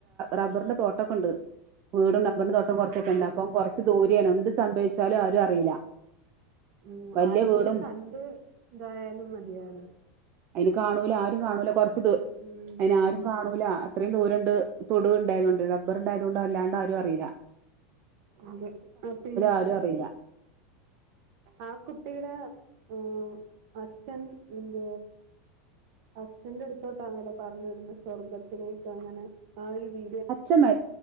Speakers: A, on the right; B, on the right.
A: റബ്ബറിന്റെ തോട്ടൊക്കെ ഇണ്ട്. വീടും റബ്ബറിന്റെ തോട്ടം
B: ആഹ്
A: കുറച്ചൊക്കെഇണ്ട്
B: ആഹ്.
A: അപ്പൊ കുറച്ച് ദൂരെയാണ് എന്ത് സംഭവിച്ചാലും ആരും അറിയില്ല.
B: ഉം
A: വലിയ
B: ആരെങ്കിലും
A: വീടും
B: കാ ണ്ട് ഇതായാലും മതിയാരിന്ന്.
A: അയിന് കാണൂല ആരും കാണൂല കുറച്ചത് ദു
B: ഉം.
A: അയിന് ആരും കാണൂല അത്രയും ദൂരണ്ട് തൊടു ഉണ്ടായതുകണ്ട് റബ്ബർ ണ്ടായതുകൊണ്ട് അല്ലാണ്ട് ആരും അറിയൂല്ല.
B: അതെ ആ പിങ്ക്
A: ആരും അറിയില്ല
B: ആ കുട്ടിയുടെ ആഹ അച്ഛൻ എന്ത അച്ഛന്റെ അടുത്തോട്ടാന്നല്ലോ പറഞ്ഞു വിടുന്ന സ്വർഗത്തി ലേക്ക് അങ്ങനെ ആ ഒരു വീ
A: അച്ഛൻ മ